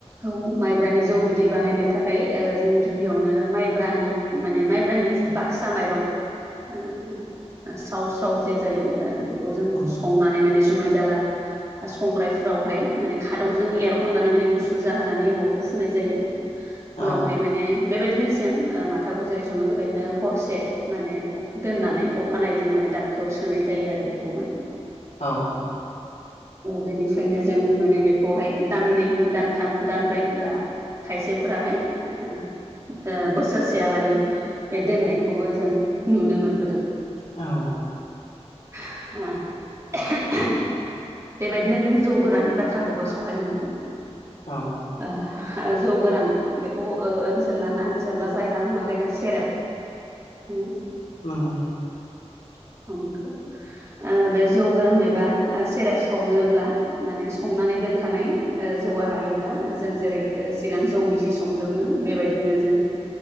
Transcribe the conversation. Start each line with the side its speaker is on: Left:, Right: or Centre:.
Right: औ माइब्रानि जौ बिदै बानायनो थाखाय ओ जों गिबियावनो माइब्रानि माने म म्रानि जि बासा माइरं ओ स्राव स्राव जे जायो ओ बे खौ जों
Left: औ
Right: संनानै माने जुमाय दाला बा संग्रायफ्रावहाय माने खादौजों एरहननानै माने गुसु जाहोनानै एमावखौ फुननाय जायो
Left: औ
Right: उनावहाय माने बेबायदिनो सेम ओ माथाखौ जेरै बेबायदिनो हरसे माने दोननानै अखानाय जों माने दाबखायाव सोनाय जायो आरो बेखौबो <inaudible>
Left: औ
Right: बेनिफ्रायनो जों माने बेखौहाय दाननै दानथाम दानब्रै बा खायसेफोराहाय ओ बोसोरसेयालागै बे दोननायखौबो जों नुनो मोनबोदों
Left: औ
Right: <unintelligible> बेबायदिनो जों जौ गोराननि बाथ्राखौबो सावरायनो हायो
Left: औ
Right: ओ जौ गोरान बेखौ ओ-ओनसोल लाना ओनसोल बा जायगा लाना जायगा सि <unintelligible>
Left: नगौ
Right: <unintelligible> ओ बे जौ गोरान एबा ओ सेरेप सावनोब्ला माने संनानै दोनखानाय ओ जौवा रायोब्ला जों ओ जेरै सिगां जौ गिसि संदोंमोन बेबायदिनो जों